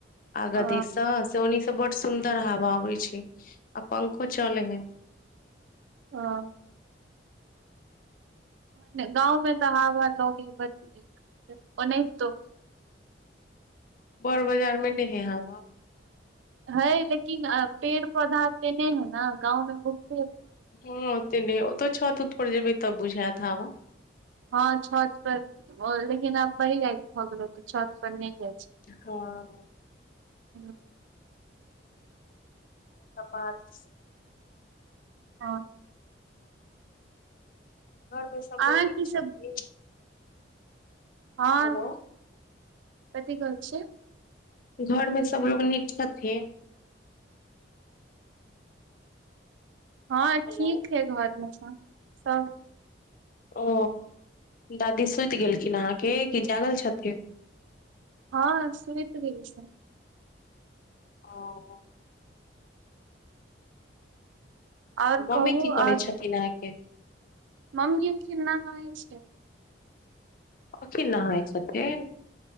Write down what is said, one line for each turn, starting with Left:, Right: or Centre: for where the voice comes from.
Left: आगा
Right: अ
Left: दी सॅं। स ओनी स बड सुंदर हवा आबै छै आ पंखो चलै हय।
Right: हाॅं। गाँवमे तऽ हवा लगे ब नहि तो <unintelligible>
Left: बड़ बाजार मे नै है हवा।
Right: है लेकिन अ पेड़ पौधा एते नै है ने गाँव मे बहुत।
Left: हाॅं ओते नै है ओते छत उत पर जेबै तब बुझात हबा।
Right: हाॅं छत पर लेकिन आब बरी रायेत भ गेलै त छत पर नै जाय छियै
Left: हाॅं।
Right: हूॅं।
Left: सब बात छै
Right: हाॅं।
Left: घर मे सबलोग
Right: अहाँ
Left: नीक
Right: की सब
Left: छथिन।
Right: हाॅं
Left: हेलो
Right: कथि कहल छियै
Left: घर में सबलोग नीक छथिन।
Right: हाॅं
Left: हेलो
Right: ठीक है घर मे सब-सब।
Left: ओ दादी सुत गेलखिन अहाँके की जागल छथिन।
Right: हाॅं सुत गेल छै।
Left: ओह।
Right: आओर
Left: मम्मी
Right: कहू
Left: कि करै
Right: आओर
Left: छथिन अहाँके।
Right: मम्मी खिन नहाई छै।
Left: अजिन नहाई छथिन।